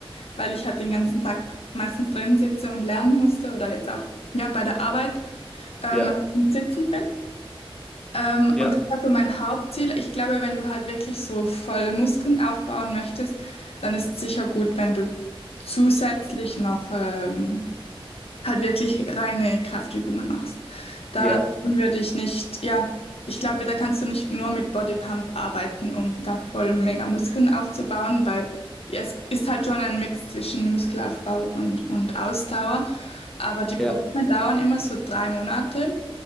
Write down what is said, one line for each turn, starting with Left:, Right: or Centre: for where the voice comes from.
Left: weil ich halt den ganzen Tag meistens drin sitze und lernen musste oder jetzt auch ja, bei der Arbeit ähm,
Centre: ja,
Left: sitzend bin. Ähm,
Centre: ja,
Left: und das war so mein Hauptziel. Ich glaube, wenn du halt wirklich so voll Muskeln aufbauen möchtest, dann ist sicher gut, wenn du zusätzlich noch ähm, halt wirklich reine Kraftübungen machst. Da
Centre: ja,
Left: würde ich nicht, ja, ich glaube, da kannst du nicht nur mit Bodypump arbeiten, um da voll mega Muskeln aufzubauen, weil ja, es ist halt schon ein Mix zwischen Muskelaufbau und, und Ausdauer. Aber die Programme
Centre: ja.
Left: dauern immer so drei Monate